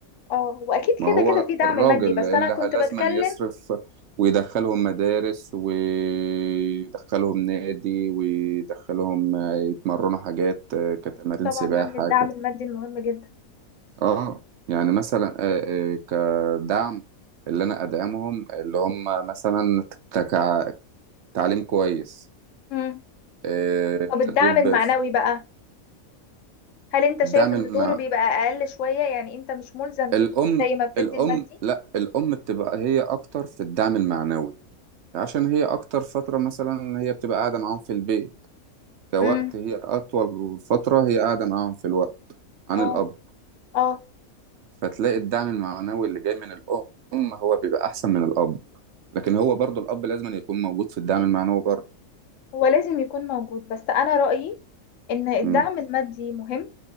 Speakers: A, on the left; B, on the right.
A: اه واكيد
B: ما
A: كده
B: هو
A: كده في دعم
B: الراجل
A: مادي بس
B: اللي
A: انا كنت
B: لازما
A: بتكلم
B: يصرف ويدخلهم مدارس ويدخلهم نادي ويدخلهم آه، يتمرنوا حاجات آه، كتمارين
A: اكيد طبعا
B: سباحة
A: ده من الدعم
B: كت...
A: المادي المهم جدا
B: اه يعني مثلا آه، آه، كدعم اللي انا ادعمهم اللي هم مثلا تك- تعليم كويس
A: مم.
B: آه،
A: طب الدعم
B: تدريب
A: المعنوي
B: في-
A: بقى هل انت شايف
B: الدعم
A: ان
B: المع...
A: دوره بيبقى اقل شوية يعني انت مش ملزم تدي
B: الام
A: زي ما بتدي
B: الام
A: المادي
B: لا الام بتبقى هي اكتر في الدعم المعنوي عشان هي اكتر فترة مثلا هي بتبقى قاعدة معاهم في البيت كوقت
A: امم
B: هي اطول فترة هي قاعدة معاهم في الوقت عن
A: اه
B: الاب
A: اه
B: فتلاقي الدعم المعنوي اللي جاي من الام هو بيبقى احسن من الاب لكن هو برضو الاب لازم يكون موجود في الدعم المعنوي برضو
A: هو لازم يكون موجود بس انا رأيي ان الدعم
B: امم
A: المادي مهم